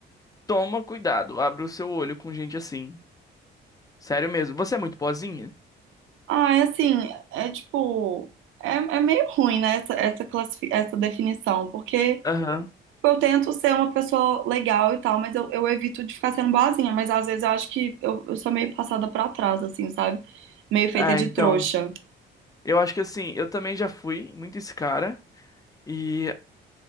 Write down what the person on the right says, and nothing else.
Ah, é assim, é tipo, é, é meio ruim, né, essa, essa, classifi- essa definição, porque
tipo, eu tento ser uma pessoa legal e tal, mas eu, eu evito de ficar sendo boazinha, mas às vezes eu acho que eu, eu sou meio passada pra trás, assim, sabe? Meio feita
de
trouxa.